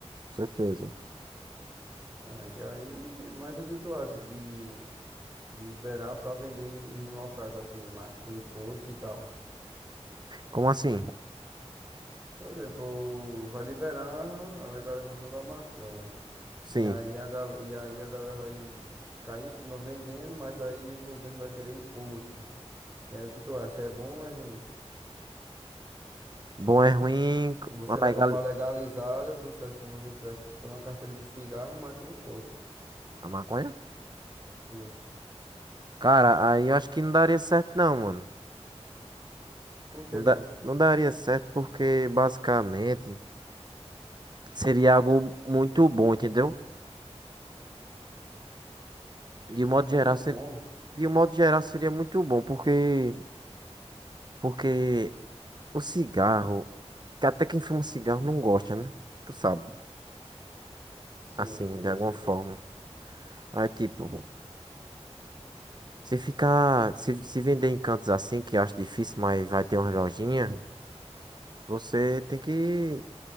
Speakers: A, on the right; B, on the right.
A: Com Certeza.
B: É, e aí, mas o que tu acha de, de liberar pra vender em, em locais assim, ma- com imposto e tal?
A: Como assim?
B: Por exemplo, vai liberar a legalização da maconha.
A: Sim.
B: E aí a, gal- e aí a galera vai cair em cima vendendo, mas aí o governo vai querer imposto. E aí o que tu acha? É bom ou é ruim?
A: Bom é ruim,
B: Você
A: mas
B: vai
A: vai
B: comprar
A: gal-
B: legalizada, tudo certo, como se você estivesse comprando uma carteira de cigarro, mas com imposto.
A: a maconha?
B: Sim.
A: Cara, aí eu acho que não daria certo não, mano.
B: Porque
A: Não
B: assim,
A: da- não daria certo porque basicamente seria algo muito bom, entendeu? De um modo
B: muito
A: geral,
B: bom.
A: ser- de um modo geral seria muito bom, porque porque o cigarro, que até quem fuma cigarro não gosta, né? Tu sabe,
B: Sim,
A: assim,
B: eu
A: de alguma
B: sei.
A: forma. Aí tipo, se ficar, se, se vender em cantos assim que eu acho difícil, mas vai ter uma lojinha, você tem que